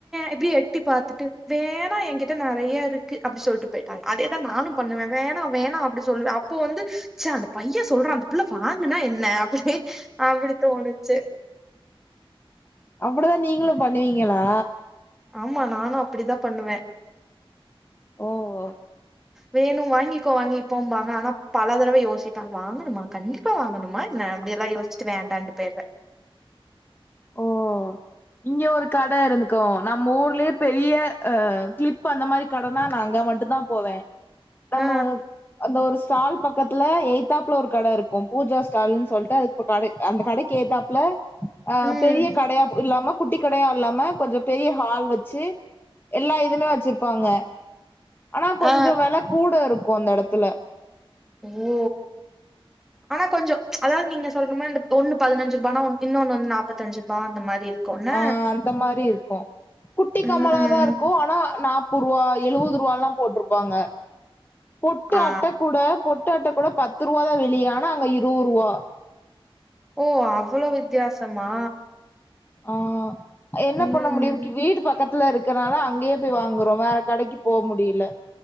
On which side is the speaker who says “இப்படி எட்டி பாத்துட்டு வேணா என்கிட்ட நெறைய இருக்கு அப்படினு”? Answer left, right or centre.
Centre